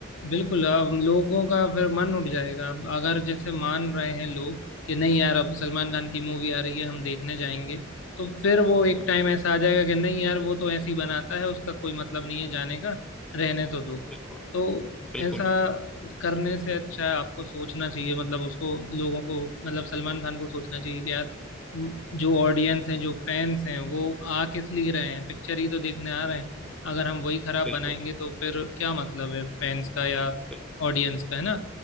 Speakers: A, on the left; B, in the centre.
A: बिल्कुल अब लोगों का फिर मन उठ जाएगा अब अगर जैसे मान रहे हैं लोग कि नहीं यार अब सलमान खान की मूवी आ रही है हम देखने जाएंगे तो फिर वो एक
B: हाँ,
A: टाइम ऐसा आ जाएगा कि नहीं यार वो तो ऐसे ही बनाता है उसका कोई मतलब नहीं है जाने का रहने तो दो
B: बिल्कुल
A: तो
B: बिल्कुल
A: ऐसा करने से अच्छा है आपको सोचना चाहिए मतलब उसको लोगों को मतलब सलमान खान को सोचना चाहिए कि यार म, जो ऑडियंस हैं जो फैंस हैं वो आ किस लिए रहे हैं पिक्चर ही तो देखने आ रहे हैं अगर हम वही खराब
B: बिल्कुल
A: बनाएंगे तो फिर क्या मतलब है फैंस का या
B: बिल्कुल
A: ऑडियंस का है ना